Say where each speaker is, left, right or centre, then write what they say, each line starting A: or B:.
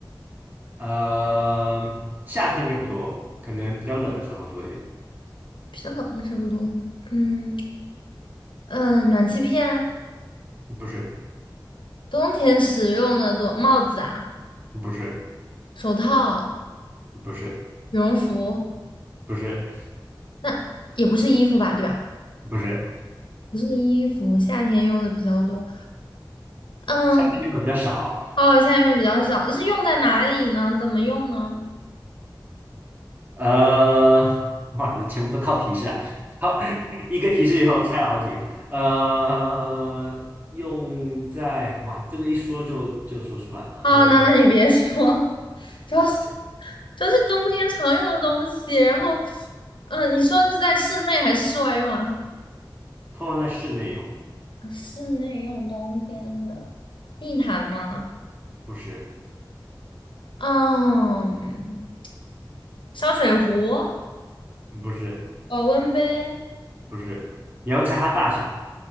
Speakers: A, on the right (about 25°); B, on the left (about 85°).
A: 呃，夏天应该不多，可能比较冷的时候多一点。
B: 比较冷的时候多，嗯嗯，呃暖气片，
A: 不是，
B: 冬天使用的多，帽子啊，
A: 不是，
B: 手套。
A: 不是，
B: 羽绒服
A: 不是，
B: 那也不是衣服吧，对吧？
A: 不是，
B: 不是衣服，夏天用的比较多。嗯，
A: 夏天用的比较少。
B: 哦，夏天用的比较少，是用在哪里呢？怎么用呢？
A: 呃，哇，这全部都靠提示啊！好，<laughs> 一个提示以后拆了好几个。呃，用在，哇，这个一说就就说出来了。
B: 啊，
A: 嗯、
B: 那那你别说，<laughs> 主要是这是冬天常用的东西。然后，嗯，你说这是在室内还是室外用啊
A: 通常在室内用，
B: 啊室内用冬天的地毯吗？
A: 不是，
B: 嗯，烧水壶、
A: 不是，
B: 保温杯。
A: 不是，你要猜它大小。